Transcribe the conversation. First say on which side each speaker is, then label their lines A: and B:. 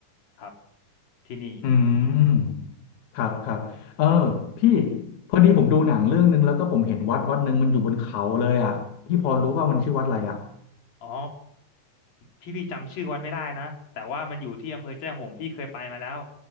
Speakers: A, on the left (about 80°); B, on the left (about 60°).
A: ครับที่นี่
B: อืมครับครับเออพี่พอดีผมดูหนังเรื่องนึงแล้วก็ผมเห็นวัดวัดหนึ่งมันอยู่บนเขาเลยอะพี่พอรู้ว่ามันชื่อวัดอะไรอะ
A: อ๋อพี่พี่จำชื่อวัดไม่ได้นะแต่ว่ามันอยู่ที่อำเภอแจ้ห่มพี่เคยไปมาแล้ว